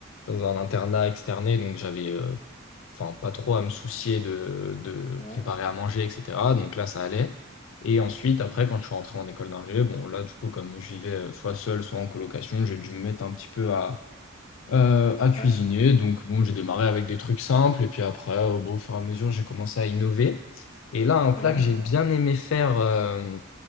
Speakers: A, on the left (about 65°); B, on the left (about 35°).
A: dans un internat externé donc j'avais euh, enfin pas trop à me soucier de de
B: Ouais,
A: préparer à manger etc. Donc là ça allait. Et ensuite après quand je suis rentré en école d'ingé, bon là du coup comme je vivais euh, soit seul soit en colocation, j'ai dû me mettre un petit peu à euh, à cuisiner.
B: ouais.
A: Donc bon j'ai démarré avec des trucs simples et puis après euh, bon, au fur et à mesure j'ai commencé à innover. Et là un
B: Ouais,
A: plat que j'ai bien aimé faire. euh,